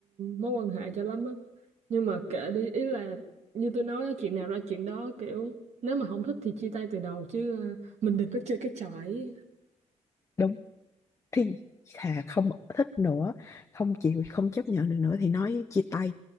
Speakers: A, on the right (about 65°); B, on the left (about 25°).
A: mối quan hệ cho lắm á nhưng mà kệ đi ý là như tôi nói á, chuyện nào ra chuyện đó kiểu nếu mà không thích thì chia tay từ đầu chứ à, mình đừng có chơi cái trò ấy
B: đúng thì thà không thích nữa, không chịu không chấp nhận được nữa thì nói chia tay.